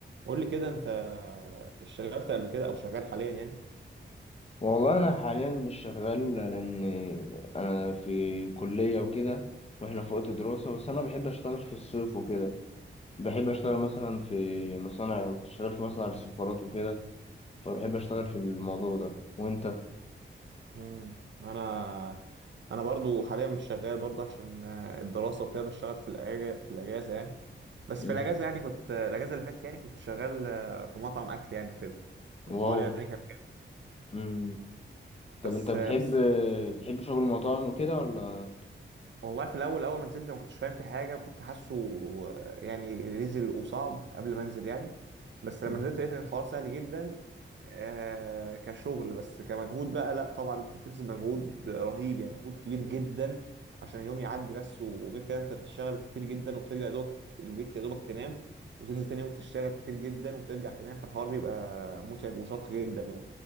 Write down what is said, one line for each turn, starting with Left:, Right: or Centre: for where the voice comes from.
Right: قول لي كده انت اشتغلت قبل كده او شغال حاليا يعني
Left: والله انا حاليا مش شغال لان انا في كليه وكده واحنا في وقت دراسه بس انا بحب اشتغل في الصيف وكده بحب اشتغل مثلا في مصانع كنت شغال في مصنع السفارات وكده فبحب اشتغل في الموضوع ده وانت
Right: امم انا انا برضو حاليا مش شغال برضو عشان آه، الدراسه وكده بشتغل في الاجازه في الاجازه يعني بس
Left: مم.
Right: في الاجازه يعني كنت آه، الاجازه اللي فاتت يعني كنت شغال آه، في مطعم اكل يعني وكده الحوار
Left: واو
Right: يعني كان
Left: مم. طب
Right: بس
Left: انت بتحب
Right: آه، بس
Left: بتحب شغل المطاعم وكده ولا
Right: والله في الاول اول ما نزلت ما كنتش فاهم في حاجه كنت حاسه يعني ريزل وصعب قبل ما انزل يعني بس لما
Left: مم.
Right: نزلت لقيت ان الحوار سهل جدا آه كشغل بس كمجهود بقى لا طبعا انت بتبذل مجهود رهيب يعني مجهود كبير جدا عشان اليوم يعدي بس وغير كده انت بتشتغل كتير جدا وترجع يا دوبك تت- البيت يا دوبك تنام وتنزل تاني يوم تشتغل كتير جدا وترجع تنام فالحوار بيبقى متعب وشاق جدا يعني